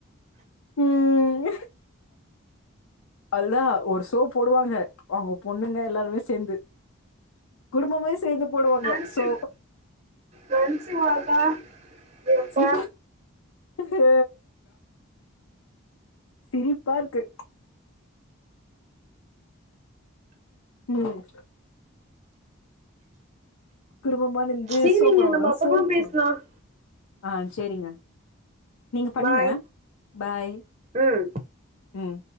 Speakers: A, on the left; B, on the right.
A: ம் அதுதா ஒரு ஷோ போடுவாங்க அவுங்க பொண்ணுங்க எல்லாருமே சேந்து குடும்பமே சேந்து போடுவாங்க
B: நினைச்சு
A: சோ
B: நினைச்சு வாக்கா எப்பா
A: சீ ஹே சிரிப்பா இருக்கு ம் குடும்பமா நிந்து
B: சரிங்க
A: சோப் போடுவாங்க
B: நம்ம அப்புறமா
A: சோக்
B: பேசலாம்
A: குடும்போ ஆ சேரிங்க நீங்க பண்ணுங்க
B: பாய்
A: பாய்
B: ம்
A: ம்